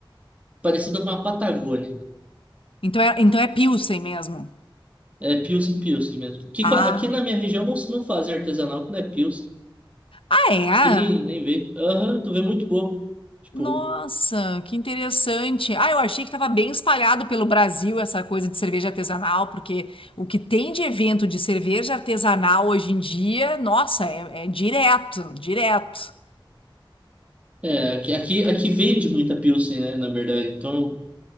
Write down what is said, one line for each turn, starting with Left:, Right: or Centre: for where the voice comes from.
Right: parecido com a Patagônia.
Left: Então é, então é Pilsen mesmo.
Right: É Pilsen, Pilsen mesmo. Aqui,
Left: Ah,
Right: qua- aqui na minha região não, não fazem artesanal, não é Pilsen.
Left: ah é?
Right: Acho que nem, nem vê. Aham, tu vê muito pouco. Tipo,
Left: Nossa, que interessante. Ah, eu achei que estava bem espalhado pelo Brasil essa coisa de cerveja artesanal, porque o que tem de evento de cerveja artesanal hoje em dia, nossa, é, é direto, direto.
Right: É, aqui, aqui, aqui vende muita Pilsen, né, na verdade. Então,